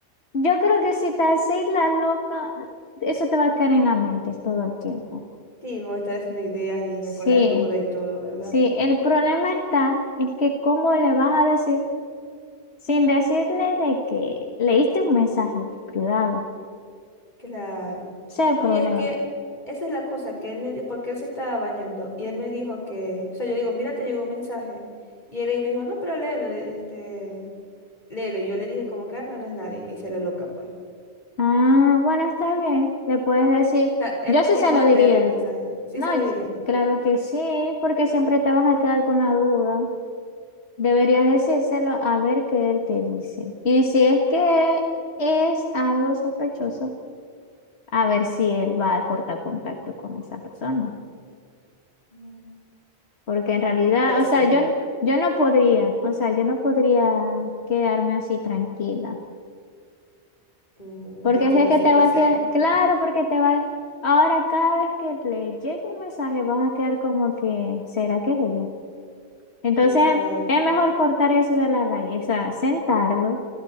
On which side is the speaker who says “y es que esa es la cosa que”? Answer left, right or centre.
Left